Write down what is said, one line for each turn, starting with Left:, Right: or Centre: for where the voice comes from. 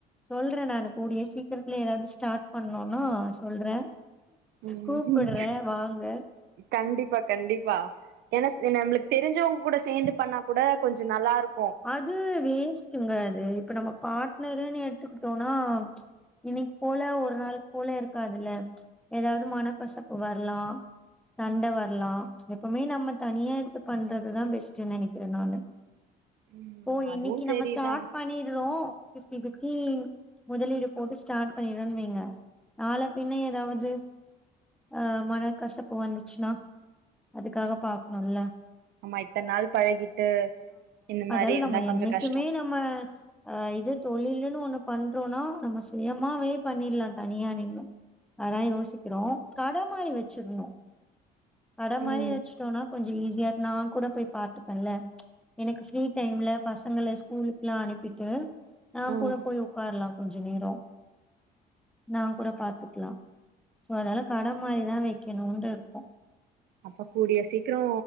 Centre: சொல்றே நானு கூடிய சீக்கிரத்துல எதாவது ஸ்டார்ட் பண்ணோன்னா சொல்றே
Right: ம்
Centre: கூப்படறே வாங்க
Right: கண்டிப்பா கண்டிப்பா ஏன்னாஸ் நம்ளுக்கு தெரிஞ்சவங் கூட சேந்து பண்ணா கூட கொஞ்ச நல்லா இருக்
Centre: அது வேஸ்ட்டுங்க அது இப்ப நம்ம பார்ட்னருன்னு எடுத்துக்கிட்டோனா இன்னிக்கு போல ஒரு நாள் போல இருக்காதுல்ல எதாவது மனக்கசப்பு வரலா சண்டவரலா எப்பமே நம்ம தனியா எடுத்து பண்றதுதா பெஸ்டுன்னு நெனைக்கிறே நானு
Right: ம்
Centre: ஓ
Right: அதுவு
Centre: இன்னிக்கு
Right: செரிதா
Centre: நம்ம ஸ்டார்ட் பண்ணிறோ பிஃப்டி பிஃப்டி முதலீடு போட்டு ஸ்டார்ட் பண்ணிறனு வைங்க நாள பின்ன எதாவது ஆ மனக்கசப்பு வந்துச்சின்னா அதுக்காக பாக்கணுல்ல
Right: ஆமா ஆமா இத்தன் நாள் பழகிட்டு இந்த மாரி
Centre: ல்
Right: இருந்தா
Centre: நம்ம
Right: கொஞ்சோ
Centre: என்னிக்குமே
Right: கஷ்டோ
Centre: நம்ம ஆ இது தொழிலுன்னு ஒன்னு பண்றோனா நம்ம சுயமாவே பண்ணிட்லா தனியா நின்னு அதா யோசிக்கிறோ கட மாறி வச்சிர்ந்தோ கட மாரி
Right: ம்
Centre: வச்சுட்டோனா கொஞ்ச ஈஸியா நா குட போய் பாத்துபேல எனக்கு ஃப்ரீ டைம்ல பசங்ள ஸ்கூலுக்குலா அனுப்பிட்டு நா
Right: ம்
Centre: கூட போய் ஒக்கார்லா கொஞ்ச நேர நா கூட பாத்துக்கலா சோ அதால கட மாரிதா வெய்க்கணுன்டு இருக்கோ
Right: அப்ப கூடிய சீக்கிரோ